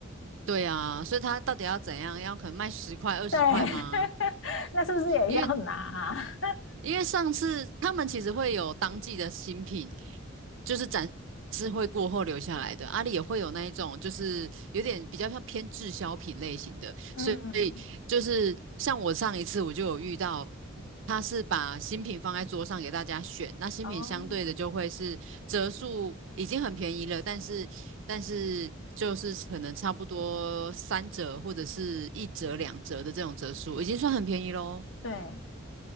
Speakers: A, on the right; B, on the left.
A: 对啊，所以他到底要怎样？要可能卖十块、二十块吗？
B: 对，<laughs> 那是不是也要拿啊
A: 因为。因为上次他们其实会有当季的新品，就是展示会过后留下来的。阿里也会有那一种，就是有点比较像偏滞销品类型的，
B: <laughs> 嗯，
A: 所以就是像我上一次我就有遇到，他是把新品放在桌上给大家选，那新品相对的就会是折数已经很便宜了，
B: 哦，
A: 但是但是。就是可能差不多三折或者是一折两折的这种折数，已经算很便宜喽。
B: 对，